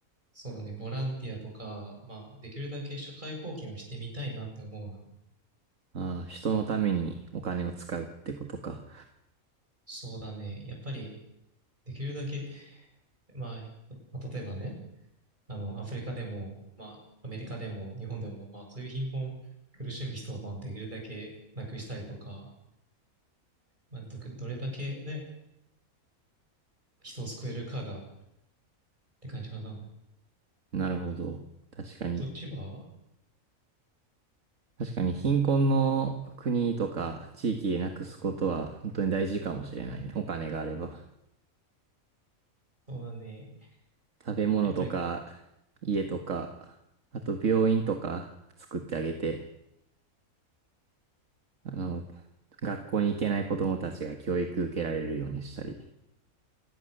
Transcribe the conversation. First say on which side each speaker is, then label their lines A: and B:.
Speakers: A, on the right; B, on the right.
A: そうだね、ボランティアとか、まあ、できるだけ社会貢献をしてみたいなって思うな。
B: ああ、人のためにお金を使うってことか。
A: そうだね。やっぱり、できるだけ、まあ、まあ例えばね、あの、アフリカでも、まあ、アメリカでも、日本でも、まあ、そういう貧困、苦しむ人を、まあ、できるだけなくしたりとか、まあ、ど、どれだけね、人を救えるかが、って感じかな。
B: なるほど。確かに。
A: そっちは
B: 確かに貧困の国とか地域なくすことは本当に大事かもしれないね。お金があれば。
A: そうだね。
B: 食べ物とか
A: やっぱり、
B: 家とか、あと病院とか作ってあげて、あの、学校に行けない子供たちが教育受けられるようにしたり。